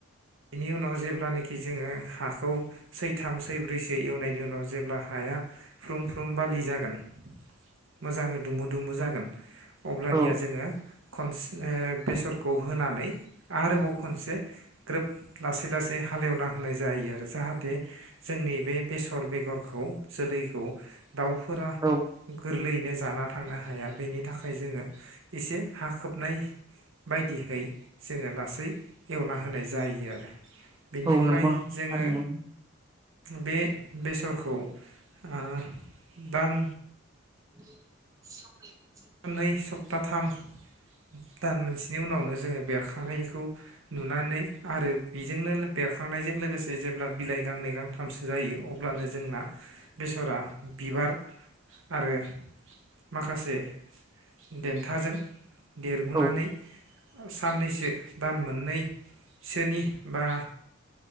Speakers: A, on the right (about 70°); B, on the right (about 15°).
A: बेनि उनाव जेब्लानोाखि जोङो हाखौ सैथाम सैब्रैसो एवनायनि उनाव जेब्ला हाया फ्रुम फ्रुम बालि जागोन मोजाङै दुमु दुमु जागोन अब्लानिया
B: औ
A: जोङो खनसे बेसरखौ होनानै आरोबाव खनसे ग्रोब लासै लासै हालेवना होनाय जायो आरो जाहाथे जोंनि बे बेसर बेगरखौ जोलैखौ दाउफोरा
B: औ
A: गोरलै नो जाना थांनो हाया बेनि थाखाय जोङो एसे हा खोबनाय बायदिहै जोङो लासै एवना होनाय जायो आरो बेनिफ्राय
B: औ नंगौ
A: जोङो
B: आरो <inaudible>
A: बे बेसरखौ ओ दां
B: बे सउ <inaudible>
A: नै सब <inaudible> दथाम <inaudible> दान मोनसेनि उनावनो जोङो। बेरखांनायखौ नुनानै आरो बेजोंनो बेरखांनायजों लोगोसे जेब्ला बिलाइ गांनै गांथामसो जायो अब्लानो जोंना बेसरा बिबार आरो माखासे देन्थाजों देरबोनानै-
B: औ
A: साननैसो दान मोननैसोनि बा